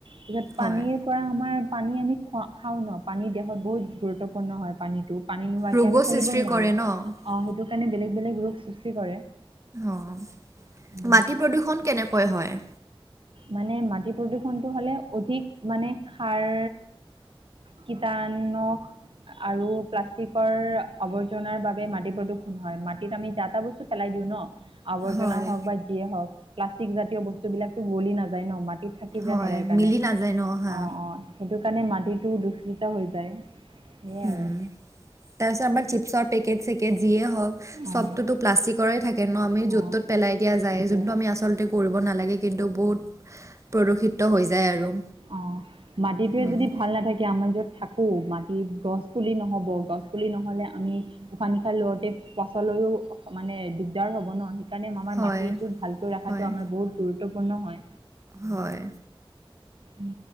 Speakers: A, on the right (about 65°); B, on the right (about 35°).
A: পিছত
B: হয়
A: পানীৰ পৰা আমাৰ পানী আমি খোৱা-খাওঁ ন, পানী দেহত বহুত গুৰুত্বপূৰ্ণ হয় পানীটো। পানী নোহোৱাকৈ
B: ৰোগো
A: আমি চলিবই
B: সৃষ্টি
A: নোৱাৰোঁ,
B: কৰে ন অ
A: সেইটো কাৰণে বেলেগ বেলেগ ৰোগ সৃষ্টি কৰে।
B: অ',
A: উম।
B: মাটি প্ৰদূষণ কেনেকৈ হয়?
A: মানে মাটি প্ৰদূষণটো হ'লে অধিক মানে খাৰ কীটানুক আৰু প্লাষ্টিকৰ আৱৰ্জনাৰ বাবে মাটি প্ৰদূষণ হয়, মাটিত আমি যা টা বস্তু পেলাই দিওঁ ন আৱৰ্জনা
B: হয়
A: হওঁক বা যিয়ে হওঁক, প্লাষ্টিক জাতীয় বস্তু বিলাকতো গলি নাযায় ন, মাটিত থাকি যায়
B: হয়
A: সদায় কাৰণে,
B: মিলি নাযায় ন হা
A: অ' অ', সেইটোকাৰণে মাটিটো দূষিত হৈ যায়। সেয়াই
B: উম,
A: আৰু
B: তাৰ পিছত আমাৰ চিপছৰ পেকেট-চেকেট যিয়ে হওঁক
A: অঁ
B: চবটোতো প্লাষ্টিকৰেই থাকে ন, আমি য'ত
A: অঁ
B: ত'ত পেলাই দিয়া যায়,
A: সেইটোৱে
B: যোনটো আমি আচলতে কৰিব নালাগে, কিন্তু বহুত প্ৰদূষিত হৈ যায় আৰু।
A: অ', মাটিটোৱে
B: উম
A: যদি ভাল নাথাকে আমি য'ত থাক কোঁ, মাটিত গছ পুলি নহ'ব, গছ পুলি নহ'লে আমি উশাহ নিশাহ লওঁতে পাছলৈও মানে দিগদাৰ হ'ব ন, সেই কাৰণে আমাৰ
B: হয়
A: মাটিটোক ভালকৈ ৰখাটো
B: হয়
A: আমাৰ বহুত গুৰুত্বপূৰ্ণ হয়।
B: হয়।
A: উম